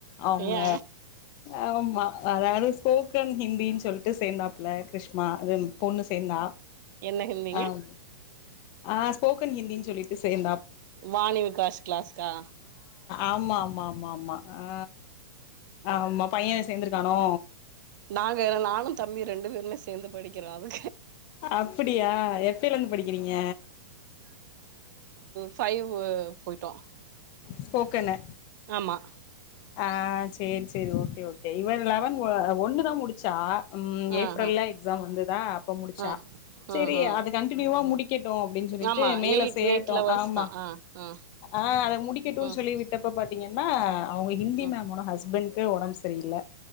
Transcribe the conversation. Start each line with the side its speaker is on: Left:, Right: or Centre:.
Left: அவுங்க
Right: ஏ
Left: ஆமா நல்ல வேல ஸ்போக்கன் ஹிந் பின் சொல் சேர்ந்தா பிள்ள கிருஷ்மா அது பொண்ணு சேர்ந்தா
Right: என்ன ஹிந்திங்க
Left: ஆம் ஆ ஸ்போக்கன் ஹிந்தின்னு சொல்லிட்டு செயல்
Right: வாணி விகாஷ் கிளாஸ்க்கா
Left: ஆமாம் ஆ ஆமா ஆமா ஆ ஆமா பைய சேந்திருக்கானோ
Right: நாங்க நானு தம்பியு ரெண்டு பேருமே சேந்து படிக்குறோ அங்க
Left: அப்புடியா எப்பிலயிருந்து படிக்குறீங்க
Right: பபைவ் போயிட்டோம்
Left: ஸ்போக்கனு
Right: ஆமா
Left: ஆ சேரி சேரி சேரி ஓகே ஓகே இவ லெவன் ஒன்னுதா முடிச்ச சா
Right: ஆ
Left: ஏப்ரல்ல
Right: ஆ
Left: எக்ஸாம் வந்ததா அப்போ முடுச்சா
Right: ஆ
Left: சேரி
Right: ம் ம்
Left: அது கண்டினியூவ முடிக்க ட்ட அப்டின்னு சொல்லிட்டு
Right: ஆமா
Left: மேல
Right: எயிட்
Left: சேரட்டு
Right: எயிட் லெவல்ஸ்
Left: ஆமா
Right: தா ஆ ஆ
Left: ஆ அத முடிக்கட்டுனு
Right: ம்
Left: சொல்லி விட்டப்ப பாத்த பாத்தீங்கன்னா அவுங்க ஹிந்தி
Right: ம்
Left: மேம் ஓட ஹஸ்பண்ட் க்கு ஒடம்பு சரியில்ல